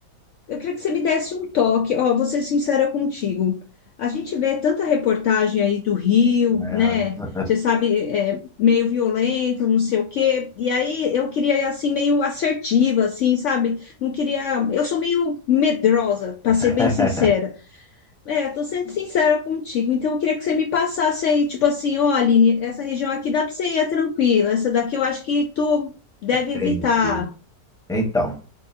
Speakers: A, on the left; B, in the centre.
A: eu queria que você me desse um toque, ó, vou ser sincera contigo. A gente vê tanta reportagem aí do Rio,
B: É.
A: né? Você sabe, é, meio violento, não sei o quê. E aí eu queria ir assim meio assertiva, assim, sabe? Não queria. Eu sou meio medrosa, para
B: <laughs>
A: ser bem sincera. É, tô sendo sincera contigo. Então eu queria que você me passasse aí, tipo assim, ó, Aline, essa região aqui dá para você ir é tranquila. Essa daqui eu acho que tu deve evitar.
B: Entendi. Então,